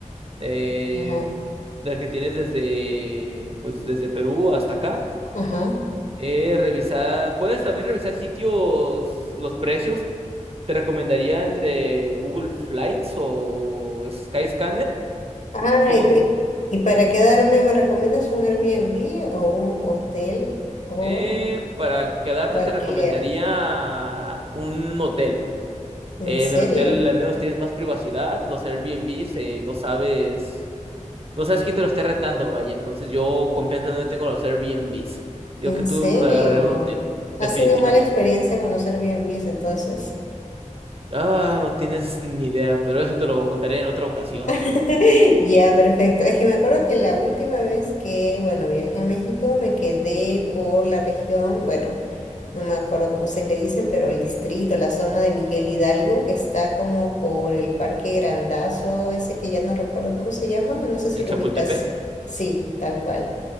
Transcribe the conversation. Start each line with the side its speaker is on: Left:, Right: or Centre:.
Right: eh,
Left: Ya,
Right: del que tienes desde, pues, desde Perú hasta acá.
Left: Ajá.
Right: Eh, revisar, puedes también revisar sitios, los precios Te recomendaría entre Google Flights o Skyscanner.
Left: Ay,
Right: Son
Left: pe- y para quedarme, ¿me recomiendas un Airbnb o un hotel o,
Right: eh, para quedarte,
Left: o alquiler?
Right: te recomendaría un hotel.
Left: ¿En
Right: Eh,
Left: serio?
Right: en el hotel al menos tienes más privacidad. Los Airbnbs eh, no sabes, no sabes quién te lo esté retando, vaya. Entonces yo confianza no le tengo a los Airbnbs. Digo
Left: ¿En
Right: que tú
Left: serio?
Right: agarraré un hotel,
Left: ¿Has
Right: definitivamente.
Left: tenido mala experiencia con los Airbnbs entonces?
Right: Ah, no tienes ni idea, pero eso te lo contaré en otra ocasión.
Left: <laughs> Ya, perfecto. Es que me acuerdo que la última vez que, bueno, viajé a México, me quedé por la región, bueno. no me acuerdo cómo ustedes le dicen, pero el distrito, la zona de Miguel Hidalgo, que está como por el Parque Grandazo, ese que ya no recuerdo cómo se llama, no sé si
Right: En Chapultepec.
Left: lo ubicas. Sí, tal cual.